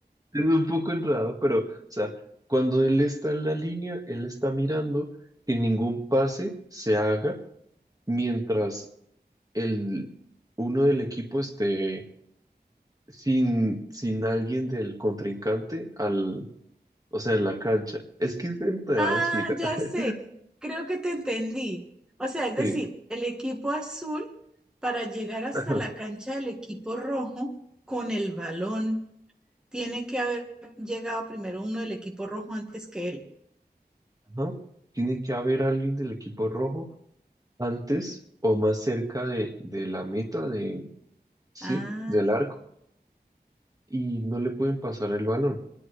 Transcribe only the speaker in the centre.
Ah,
ya
sé, creo que te entendí. O sea, es
decir, el equipo azul para llegar hasta
la cancha del equipo rojo con el balón, tiene que haber llegado primero uno del equipo rojo antes que él.
Ah,